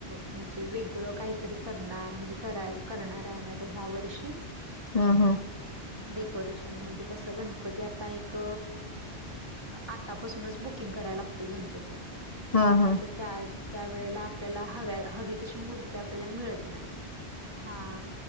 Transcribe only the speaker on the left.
हा हा.
हां, हां.